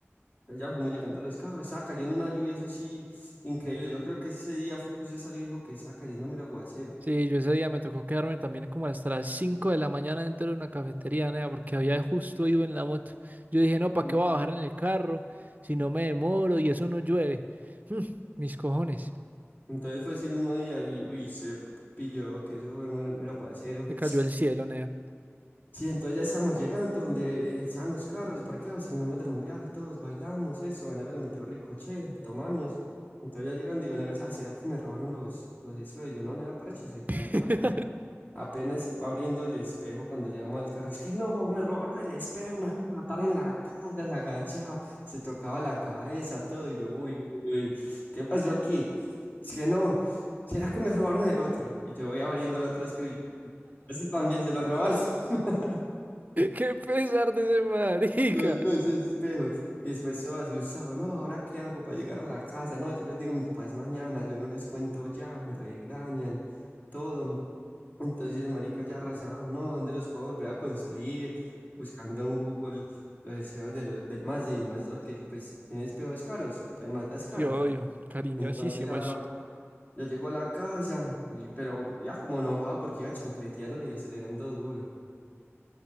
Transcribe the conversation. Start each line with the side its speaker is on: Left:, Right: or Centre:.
Left: Pero ya fuimos llegando a los carros, estaba cayendo una lluvia, eso sí, increíble. Yo creo que ese día fue que usted salió y dijo que estaba cayendo mero aguacero.
Right: Sí, yo ese día me tocó quedarme también como hasta las 5 de la mañana dentro de una cafetería, nea, porque había justo ido en la moto. Yo dije, no, ¿para
Left: Mm.
Right: qué voy a bajar en el carro si no me demoro y eso no llueve? Mm, mis cojones.
Left: Entonces fue ese mismo día y uy, se pilló que eso fue mero, mero aguacero.
Right: Se cayó el cielo, nea.
Left: Sí, entonces ya estábamos llegando donde eh, estaban los carros parqueados, terminamos de rumbear todos, bailamos, eso. Vanega le metió rico, che, tomamos. Entonces ya llegando y Vanega, ah, ¿será que me robaron los, los espejuelos? Yo no, nada, parche, ahí
Right: <laughs>
Left: ya. Apenas abriendo el espejo cuando llegamos al carro, es que no, me robaron el espejo, me van a matar en la casa, la gacha, se tocaba la cabeza, todo, y yo, uy, uy, uy, ¿qué pasó aquí? Es que no, ¿será que me robaron el otro? Y yo voy abriendo el otro espejo, y yo, ese también se lo robaron, <laughs>
Right: Qué pesar de ese marica.
Left: los dos espejos, y después todo asustado, no, ¿ahora qué hago para llegar a la casa? No, yo les digo, mi papá es mañana, yo no les cuento ya, me regañan, todo, Entonces, marica, ya arrasaron, no, ¿dónde los puedo volver a conseguir? Buscando en Google los espejos de los, del Mazda y el Mazda que pues tiene espejos caros, pues Mazda es caro.
Right: Yo, yo, cariñosísimas.
Left: Entonces ya, ya llegó a la casa, y, pero ya como enojado porque iba chancleteándole y acelerando duro.